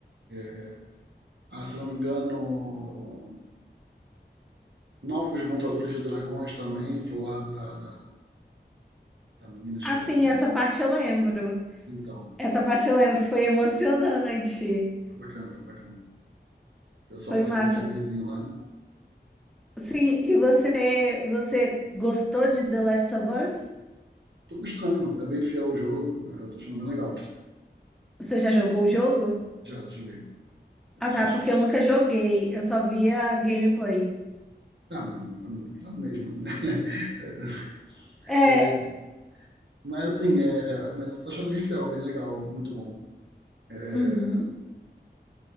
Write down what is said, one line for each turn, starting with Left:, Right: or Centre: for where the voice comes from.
Right: É, ah, se não me engano, novos montadores de dragões também pro lado da, da, da menina esquecida.
Centre: Assim, essa parte eu lembro.
Right: Então,
Centre: Essa parte eu lembro, foi emocionante.
Right: foi bacana, foi bacana. O pessoal
Centre: Foi
Right: passando
Centre: o máximo.
Right: um perreguezinho lá.
Centre: Sim, e você, você gostou de The Last of Us?
Right: Tô gostando, é bem fiel o jogo, eu tô achando bem legal.
Centre: Você já jogou o jogo?
Right: Já joguei.
Centre: Ah,
Right: Chateado.
Centre: tá, porque eu nunca joguei, eu só via gameplay.
Right: Ah, tá na mesma, né? <laughs>
Centre: É,
Right: É, é, mas assim, é, é, eu tô achando bem fiel, bem legal, muito bom. É, é,
Centre: uhum,